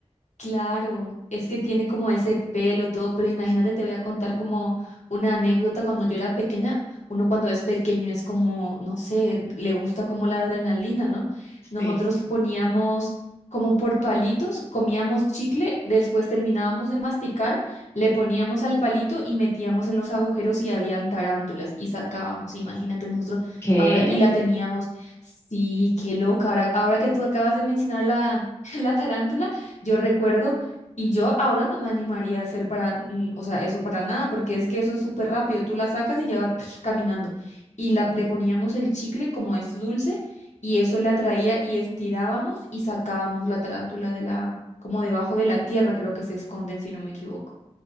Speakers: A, on the left; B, on the left.
A: Claro, es que tiene como ese pelo todo, pero imagínate, te voy a contar como una anécdota cuando yo era pequeña, uno cuando es pequeño es como, no sé, le gusta como la adrenalina, ¿no?
B: Sí,
A: Nosotros poníamos como por palitos, comíamos chicle, después terminábamos de masticar, le poníamos al palito y metíamos en los agujeros y habían tarántulas y sacábamos, imagínate nosotros
B: ¿qué?
A: ahora, y la teníamos, sí, qué loca, ahora, ahora
B: <gasps>
A: que tú acabas de mencionar la, <laughs> la tarántula. Yo recuerdo y yo ahora no me animaría a hacer para, mm, o sea, eso para nada, porque es que eso es súper rápido. Tú la sacas y ya va <tsk> caminando. Y la, le poníamos el chicle como es dulce y eso le atraía y estirábamos y sacábamos la tarántula de la, como debajo de la tierra, creo que se esconden si no me equivoco.